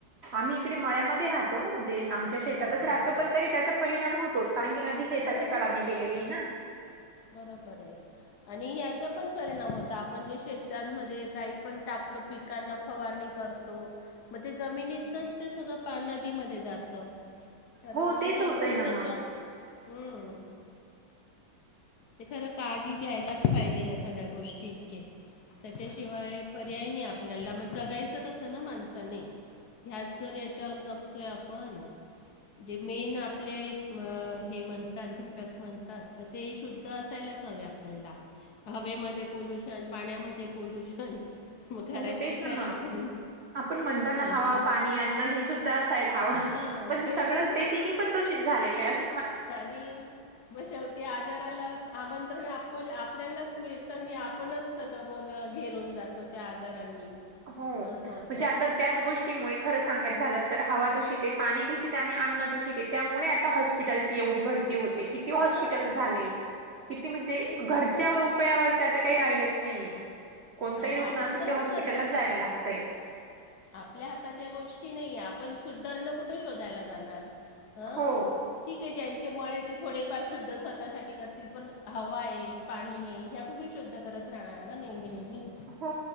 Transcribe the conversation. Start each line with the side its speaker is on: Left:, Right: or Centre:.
Right: आम्ही इकडे मळ्यामध्ये राहतो म्हणजे आमच्या शेतातच
Left: हा
Right: राहतो
Left: हा
Right: पण तरी त्याच परिणाम होतोच् कारण की नदी शेताच्या
Left: हो
Right: कडाने
Left: होतच
Right: गेलेली
Left: ना बरोबर आहे. आणि याचा पण परिणाम होत आपण जे शेताणमध्ये काही पण टाकतो पिक कांना फवारणी करतो. मग ते जमिनीतनच ते सगळं पान नदीमध्ये जातं. तर
Right: हो तेच
Left: हे
Right: होतंय
Left: पण
Right: ना मग
Left: त्याच हम्म ते खरं काळजी घ्यायलाच पाहिजे या सगळ्या गोष्टींची. त्याच्याशिवाय पर्याय नाही आपल्याला मग जगायचं कसं ना माणसाने? ह्यात जर याच्यावर जगतोय आपण. जे मेन आपले हे म्हणतात घटक म्हणतात तर ते शुद् तर असायलाच हवे आपल्याला हवेमध्ये पोल्युशन पाण्यामध्ये पोल्युशन मग करायचं
Right: हो तेच ना
Left: काय
Right: मग
Left: आपण?
Right: आपण म्हणत ना
Left: अशी
Right: हवा पाणी अन्न हे सुुद्ध ह
Left: हा
Right: पण
Left: तेच
Right: सगळं
Left: ना
Right: ते तिनि पण दोषित झालेले अस
Left: आणि मग शेवटी आजाराला आमंत्रण आप आपल्यालाच मिळतं आणि आपणच सगळं मग घेरून जातो त्या आजारांनी.
Right: हो म्हणजे
Left: असं होतं
Right: आता त्याच गोष्टीमुळे खरं सांगायच् झालं तर हवा दूषित आहे पाणी दूषित आहे आणि अन्न दूषित आहे त्यामुळे आता हॉस्पी स्पिटलची एवढी भरती होते किती हॉस्पिटल
Left: हां
Right: झाले किती म्हणजे
Left: तेच
Right: घरच्या
Left: ना मग
Right: रुपयावर आता काही राहिलच नाहीे कोणताही
Left: आणि आपण
Right: दुख्ण असेल
Left: कसं
Right: ते हॉस्पिटललाच
Left: करणार ना
Right: जायला लागतय.
Left: आपल्या हातात या गोष्टी नाहीे आपण शुद्ध अन्न कुठे शोधायला जाणार हं?
Right: हो.
Left: ठीक आहे ज्यांचे मळे आहे ते थोडेफार शुद्ध स्वतःसाठी करतील पण हवा आहे. पाणी ह्या कुठे शुद्ध करत राहणार ना नेहमी नेहमी?
Right: हो